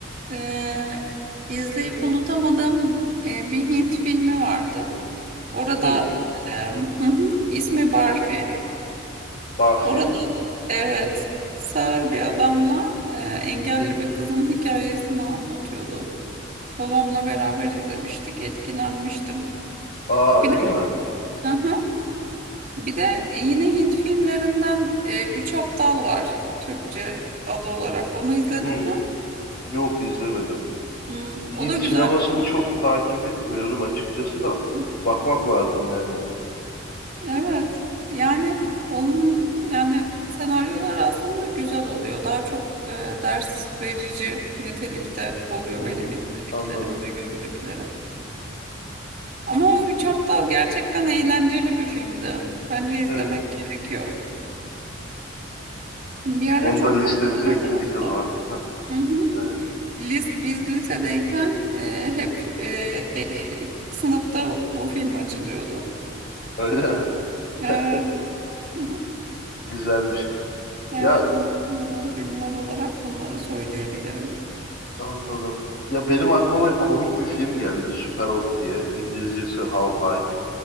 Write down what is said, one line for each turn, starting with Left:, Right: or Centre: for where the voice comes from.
Right: e, izleyip unutamadığım e, bir Hint filmi vardı. Orada
Left: Hmm,
Right: e, hı hı, ismi Barfi.
Left: Barfi.
Right: Orada evet sağır bir adamla e, engelli bir kızın hikayesini anlatıyordu. Babamla beraber izlemiştik, etkilenmiştim.
Left: Aa öyle
Right: Bir de,
Left: mi?
Right: hı hı. bir de e, yine Hint filmlerinden e, Üç Aptal var Türkçe adı olarak. Onu izledin
Left: Hmm,
Right: mi?
Left: yok izlemedim.
Right: Hmm, o
Left: Hint
Right: da güzel.
Left: sinemasını
Right: bir
Left: çok takip etmiyorum açıkçası da.
Right: film.
Left: Bakmak lazım yani.
Right: Evet. Yani onun yani senaryolar aslında güzel oluyor. Daha çok e, ders verici nitelikte oluyor
Left: Hmm,
Right: benim izlediklerim
Left: anladım.
Right: ve gördüklerim. Ama o Üç Aptal gerçekten eğlenceli bir filmdi. Bence izlemek
Left: Evet.
Right: gerekiyor. Bir ara
Left: Onu
Right: çok
Left: da listemize
Right: popülerdi
Left: ekledik
Right: hatta.
Left: o zaman. Heh,
Right: Hı hı.
Left: evet.
Right: Lis, biz lisedeyken e, hep e, e, <laughs> sınıfta bu film açılıyordu.
Left: Öyle mi?
Right: Evet.
Left: <laughs>
Right: <laughs> Hı hı.
Left: Güzelmiş.
Right: Evet,
Left: Ya
Right: unutmadığım filmler olarak bunları söyleyebilirim.
Left: anladım. Ya benim aklıma komik bir film geldi. Super Hot diye. İngilizcesi How High.